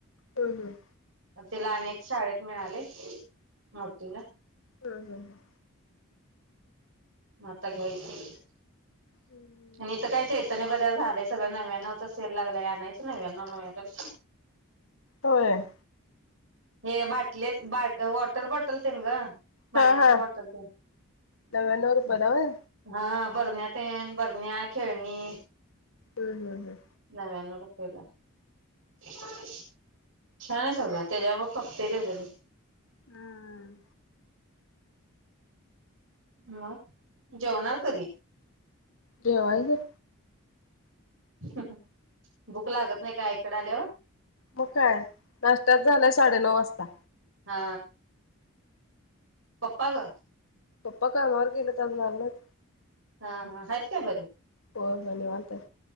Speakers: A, on the left (about 70°); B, on the right (about 60°).
A: हम्म-हम्म
B: तिला अनेक शाळेत मिळाले मोठीला.
A: हम्म -हम्म
B: म आता घ्यायचं?
A: हम्म
B: आणि इथं काय ते बजार झालेय सगळ नव्यान सेल लागला आणायचं नव्यानो <unintelligible>
A: होय.
B: हे बाटले बाट वॉटर बॉटल ते न ग पाण्याची
A: हा-हा
B: बॉटल
A: नव्यानो
B: तेन
A: रुपयला होय.
B: हा बरण्या तेन बरण्या खेळणी
A: हम्म-हम्म-हम्म
B: नव्यानो रुपयला छान आहे सगळं त्याच्यावर कप्पे देता ते.
A: हम्मम.
B: मग जेवणार कधी?
A: जेवायचं.
B: <unintelligible> भूक लागत नाही का आई कड आल्यावर?
A: मग काय नाष्टयाच झालंय साडेनऊ वाजता.
B: हा पप्पा ग.
A: पप्पा कामावर गेलेत. अजून आले नाहीत.
B: हा-हा आहेत काय बरे.
A: होय-होय निवांत आहे.